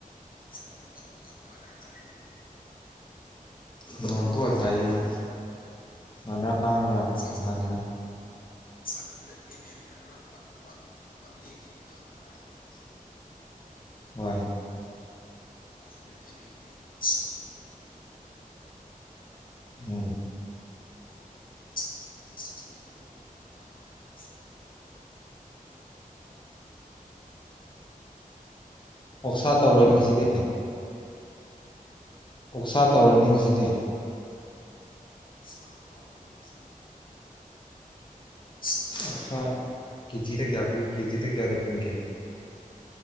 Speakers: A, on the left (about 75°); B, on the left (about 35°).
A: ꯁꯤꯂ‌ꯣꯡ ꯔ‌ꯣꯝꯗ ꯅ‌ꯣꯡ ꯀꯟ ꯇꯥꯏ ꯍꯥꯏꯗꯥꯏꯅꯦ
B: ꯅ‌ꯣꯡ ꯒꯣ ꯇꯥꯏꯌꯦ ꯍꯣꯏ <unintelligible>
A: ꯁꯟ
B: ꯅꯍꯥꯟꯔ
A: <unintelligible> ꯁꯟꯗꯔ‌ꯦ ꯁꯟꯗ꯭ꯔꯦꯠ <unintelligible> ꯑ ꯑꯦꯝ ꯍꯥꯏꯕ꯭ꯔꯥ ꯋꯥꯟ ꯋꯥꯟ ꯋꯥꯟꯗ‌ꯦ ꯒꯤ ꯃꯅꯨꯡꯗ ꯑꯗꯨꯃꯥꯏꯅ ꯍꯥꯏꯕꯅꯤꯅ‌ꯦ
B: ꯍꯣꯏ
A: <unintelligible> ꯗꯤ ꯁꯤꯅ‌ꯦꯝꯅꯤ
B: ꯎꯝ
A: ꯐꯤꯐꯇꯤ ꯁꯤꯛꯁꯇꯤ ꯐꯥꯎ ꯃꯅꯨꯡ ꯇꯥꯏ ꯍꯥꯏꯔꯒꯁꯨ <unintelligible> <unintelligible>
B: ꯑꯣꯛꯁꯥ ꯇꯧꯔꯣꯅ‌ꯦ ꯉꯁꯤꯗꯤ ꯑꯣꯛꯁꯥ ꯇꯧꯔꯅꯤ ꯉꯁꯤꯗꯤ
A: ꯃꯥꯅ ꯇꯥꯎꯁ ꯑ
B: ꯑꯣꯛꯁꯥ ꯀꯦꯖꯤꯗ ꯀꯌꯥ ꯄꯤꯌ ꯀꯦꯖꯤꯗ ꯀꯌꯥꯗ ꯐꯨꯡꯒꯦ